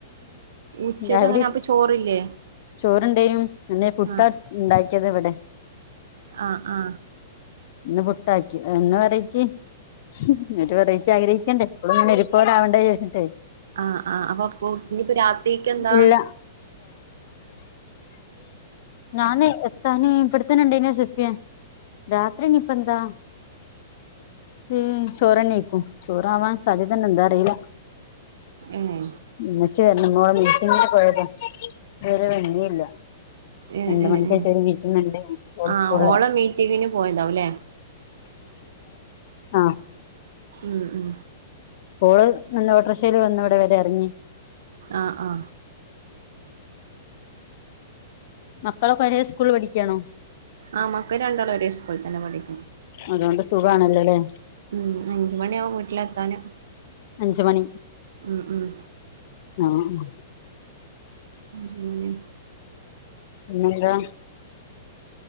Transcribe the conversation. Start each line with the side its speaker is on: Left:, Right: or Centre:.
Right: ഉച്ചക്ക്
Left: രാവിലിം
Right: അങ്ങനെ അപ്പൊ ചോറില്ലേ
Left: ചോറ്ണ്ടേനൊ അല്ലേ പുട്ട
Right: ആഹ്
Left: ഉണ്ടാ ക്കിയത് വടെ
Right: ആഹ് ആ
Left: ഇന്ന് പുട്ടാക്കി എന്ന് വെറൈറ്റി പിന്നൊരു വെറൈറ്റി ആഗ്രഹിക്കണ്ടേ എപ്പോഴുങ്ങനെ ഒര്പോലാവണ്ട വിചാര്ച്ച്ട്ടെ
Right: ആഹ് ആഹ് അപ്പൊ അപ്പൊ ഇനിയിപ്പോ രാത്രിക്ക് എന്താ
Left: ഇല്ല ഞാന് എത്താന് വടെത്തന്നെ സെഫിയ രാത്രിനിപ്പന്താ മ്മ് ചോറഞേക്കും ചോറാവാൻ സാധ്യതന്നെ എന്താ അറിയില
Right: ഏഹ്
Left: മ്മ് ന്ന് ഓളെ മീറ്റിങ്ന് പോയത ഇതുവരെ വന്നില്ല
Right: ഏഹ്
Left: രണ്ട്
Right: ഏഹ്
Left: മണിക്കറ്റെ
Right: ഏഹ്
Left: ഒരു മീറ്റിംഗുണ്ട്
Right: ആഹ്
Left: സ്കൂളില്
Right: ഓളെ മീറ്റിങ്ങിന് പോയതാവുല്ലേ
Left: ആഹ
Right: മ്മ്
Left: ഓൾ നല്ല ഓട്ടോറിക്ഷൽ വന്നു ഇവിടെ വരെ ഇറങ്ങി
Right: ആഹ് ആ
Left: മക്കളൊക്കെ ഒരേ സ്കൂളിൽ പഠിക്കാണോ
Right: ആ മക്ക രണ്ടാളം ഒരേ സ്കൂളിൽ തന്നെ പഠിക്കണ
Left: അതുകൊണ്ട് സുഖാണല്ലോല്ലേ
Right: മ്മ് അഞ്ച് മണിയാവും വീട്ടിലെത്താന്
Left: അഞ്ച് മണി
Right: മ്മ് മ്മ്
Left: ആഹ
Right: പന്നെ
Left: പിന്നെന്താ